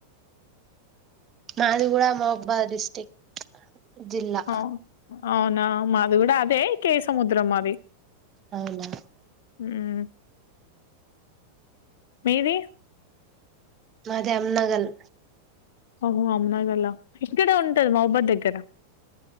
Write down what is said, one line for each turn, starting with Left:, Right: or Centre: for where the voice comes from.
Right: నాది కూడా మోహబ్బాద్ డిస్ట్రీక్ట్ జిల్లా
Left: అవు అవునా మాది కూడా అదే కే సముద్రం మాది
Right: అవునా
Left: హ్మ్ మీది
Right: మాది అమ్నగల్
Left: ఒహో అమ్నగల్ళ ఇక్కడే ఉంటది మోహన్బాద్ దగ్గర